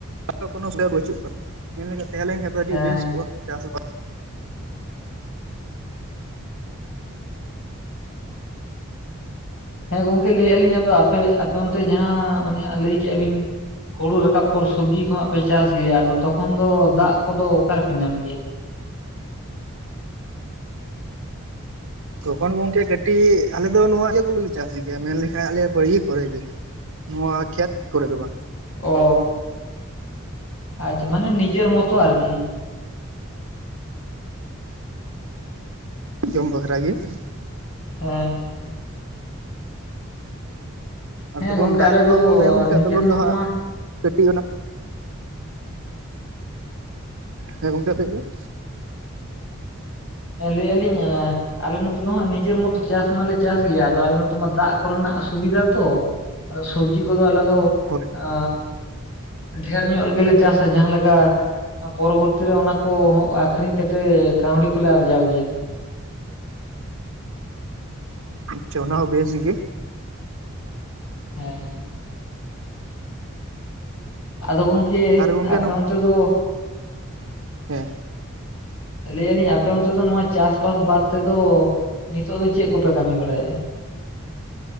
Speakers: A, on the right (about 75°); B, on the left (about 70°).
A: <unintelligible> ᱵᱟᱹᱪᱩᱜ ᱠᱚᱣᱟ ᱢᱮᱱ ᱞᱮᱠᱷᱟᱱ ᱛᱟᱦᱮᱸ ᱞᱮᱱᱠᱷᱟᱡ ᱫᱚ ᱟᱹᱰᱤ
B: ᱦᱮᱸ
A: ᱵᱮᱥ ᱠᱚᱜᱼᱟ ᱾ ᱪᱟᱥ ᱵᱟ
B: ᱦᱮᱸ ᱜᱚᱝᱠᱮ ᱞᱟᱹᱭᱮᱜᱼᱟ ᱞᱤᱧ ᱟᱫᱚ ᱟᱯᱮ ᱟᱯᱮ ᱚᱱᱛᱮ ᱡᱟᱦᱟᱸ ᱚᱱᱮ ᱦᱟᱸᱜ ᱞᱟᱹᱭ ᱠᱮᱜᱼᱟ ᱵᱤᱱ ᱦᱩᱲᱩ ᱨᱟᱠᱟᱵ ᱯᱚᱨ ᱥᱚᱵᱽᱡᱤ ᱠᱚ ᱦᱟᱸᱜ ᱯᱮ ᱪᱟᱥ ᱜᱮᱭᱟ ᱟᱫᱚ ᱛᱚᱠᱷᱚᱱ ᱫᱚ ᱫᱟᱜ ᱠᱚᱫᱚ ᱚᱠᱟ ᱨᱮᱯᱮ ᱧᱟᱢ ᱜᱮᱭᱟ?
A: ᱛᱚᱠᱷᱚᱱ ᱜᱚᱝᱠᱮ ᱠᱟᱹᱴᱤᱡ ᱟᱞᱮ ᱫᱚ ᱱᱚᱣᱟ ᱤᱭᱟᱹ ᱠᱚᱞᱮ ᱪᱟᱥ ᱜᱮᱭᱟ ᱢᱮᱱᱞᱠᱷᱟᱱ ᱟᱞᱮ ᱵᱟᱲᱭᱮ ᱠᱚᱨᱮ ᱜᱮ ᱾ ᱱᱚᱣᱟ ᱠᱷᱮᱛ ᱠᱚᱨᱮ ᱫᱚ ᱵᱟᱝ ᱾
B: ᱚ, ᱟᱪᱪᱷᱟ ᱢᱟᱱᱮ ᱱᱤᱡᱮᱨ ᱢᱚᱛᱚ ᱟᱨᱠᱤ ᱾
A: ᱡᱚᱢ ᱵᱟᱠᱷᱨᱟ ᱜᱮ <unintelligible> ᱾
B: ᱦᱮᱸ ᱦᱮᱸ ᱾
A: ᱟᱨ
B: ᱦᱮᱸ
A: ᱛᱚᱠᱷᱚᱱ
B: ᱜᱚᱝᱠᱮ
A: ᱫᱟᱜ
B: ᱟᱞᱮ
A: ᱫᱚ ᱢᱮᱱ ᱞᱮᱠᱷᱷᱟᱡ
B: ᱱᱤᱡᱮᱨ
A: ᱛᱚᱠᱷᱚᱱ
B: ᱢᱚᱛᱚ
A: ᱫᱚ ᱦᱟᱸᱜ
B: ᱢᱟ
A: ᱠᱟᱹᱴᱤᱡ ᱚᱱᱟ, ᱦᱮᱸ ᱜᱚᱝᱠᱮ ᱞᱟᱹᱭ ᱢᱮ ᱾
B: ᱦᱮᱸ ᱞᱟᱹᱭᱮᱜᱼᱟ ᱞᱤᱧ ᱮᱸ ᱟᱞᱮ ᱱᱚᱛᱮ ᱫᱚ ᱦᱟᱸᱜ ᱱᱤᱡᱮᱨ ᱢᱚᱛᱚ ᱪᱟᱥ ᱢᱟᱞᱮ ᱪᱟᱥ ᱜᱮᱭᱟ, ᱟᱫᱚ ᱟᱞᱮ ᱱᱚᱛᱮ ᱢᱟ ᱫᱟᱜ ᱠᱚᱨᱮᱱᱟᱜ ᱥᱩᱵᱤᱫᱟ ᱛᱚ ᱾ ᱥᱚᱵᱽᱡᱤ ᱠᱚᱫᱚ ᱟᱞᱮ ᱫᱚ,
A: ᱦᱳᱭ
B: ᱟᱻ ᱰᱷᱮᱨ ᱧᱚᱜ ᱜᱮᱞᱮ ᱪᱟᱥᱟ ᱡᱟᱦᱟᱸ ᱞᱮᱠᱟ, ᱯᱚᱨᱚᱵᱚᱨᱛᱤ ᱨᱮ ᱚᱱᱟ ᱠᱚ ᱟᱠᱷᱨᱤᱧ ᱠᱟᱛᱮᱫ ᱠᱟᱹᱣᱰᱤ ᱠᱚᱞᱮ ᱟᱨᱡᱟᱣ ᱜᱮᱭᱟ᱾
A: ᱟᱪᱪᱷᱟ ᱚᱱᱟ ᱦᱚᱸ ᱵᱮᱥ ᱜᱮ᱾
B: ᱦᱮᱸ ᱟᱫᱚ ᱜᱚᱝᱠᱮ
A: ᱟᱨ ᱜᱚᱝᱠᱮ
B: ᱟᱯᱮ ᱚᱱᱛᱮ ᱫᱚ,
A: ᱦᱮᱸ
B: ᱞᱟᱹᱭᱮᱫᱼᱟ ᱞᱤᱧ ᱟᱯᱮ ᱚᱱᱛᱮ ᱫᱚ ᱱᱚᱣᱟ ᱪᱟᱥᱵᱟᱥ ᱵᱟᱫ ᱛᱮᱫᱚ ᱱᱤᱛᱚᱜ ᱫᱚ ᱪᱮᱫ ᱠᱚᱯᱮ ᱠᱟᱹᱢᱤ ᱵᱟᱲᱟᱭᱮᱫᱼᱟ?